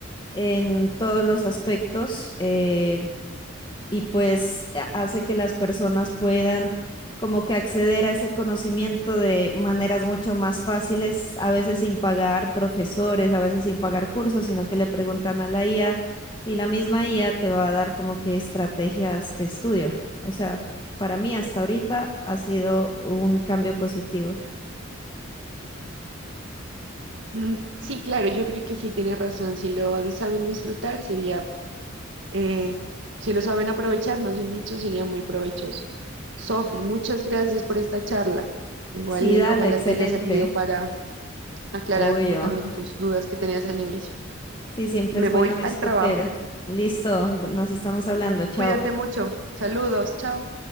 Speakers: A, on the left (about 25°); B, on the right (about 65°).
A: en todos los aspectos. eh, y pues a- hace que las personas puedan como que acceder a ese conocimiento de maneras mucho más fáciles, a veces sin pagar profesores, a veces sin pagar cursos, sino que le preguntan a la IA y la misma IA te va a dar como que estrategias de estudio. O sea, para mí hasta ahorita ha sido un cambio positivo.
B: Mm, Sí, claro, yo creo que sí tienes razón. Si lo saben disfrutar, sería Eh, si lo saben aprovechar, más bien dicho, sería muy provechoso. Sofi, muchas gracias por esta charla. Igual,
A: Sí, dale,
B: ojalá
A: excelente,
B: te haya servido para aclarar
A: obvio.
B: como también tus dudas que tenías al inicio.
A: Sí, siempre
B: Me
A: es bueno
B: voy
A: discutir.
B: al trabajo.
A: Listo, nos estamos hablando, chao.
B: Cuídate mucho. Saludos, chao.